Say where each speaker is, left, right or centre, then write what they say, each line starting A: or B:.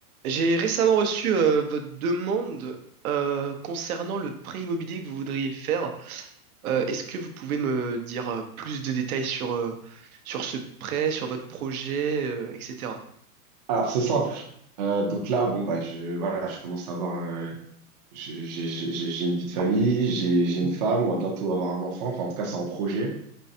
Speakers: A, on the right; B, on the right.
A: J'ai récemment reçu euh, votre demande euh, concernant le prêt immobilier que vous voudriez faire. Euh, est-ce que vous pouvez me dire euh, plus de détails sur, euh, sur ce prêt, sur votre projet, euh, etc.
B: Alors, c'est simple. Euh, donc là, bon, bah, je, voilà, je commence à avoir. euh, je- j'ai j'ai- j'ai- j'ai une vie de famille, j'ai j'ai une femme, on va bientôt avoir un enfant. Enfin, en tout cas, c'est un projet.